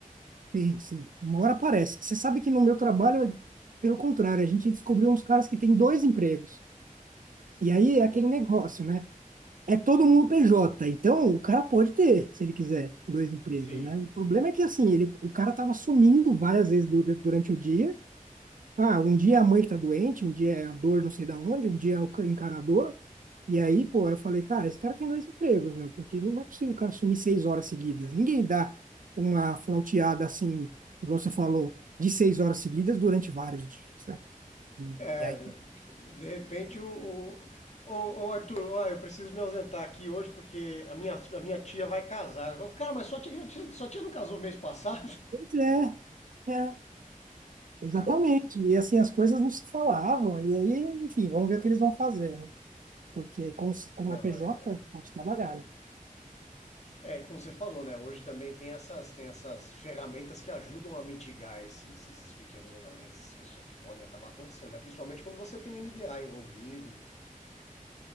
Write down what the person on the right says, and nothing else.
Sim, sim. Uma hora aparece. Você sabe que no meu trabalho, é pelo contrário, a gente descobriu uns caras que têm dois empregos. E aí é aquele negócio, né? É todo mundo PJ, então o cara pode ter, se ele quiser, dois empregos,
né? O problema é que, assim, ele, o cara tava sumindo várias vezes du- durante o dia. Ah, um dia é a mãe que tá doente, um dia é a dor não sei da onde, um dia é o ca- encanador. E aí, pô, eu falei, cara, esse cara tem dois empregos, meu, porque não é possível o cara sumir seis horas seguidas. Ninguém dá uma flauteada assim, igual você falou, de seis horas seguidas durante vários dias, né? E,
e aí,
pois é, é. Exatamente. E assim, as coisas não se falavam. E aí, enfim, vamos ver o que eles vão fazer, né? Porque como, se- como
é PJ,
pode trabalhar, né?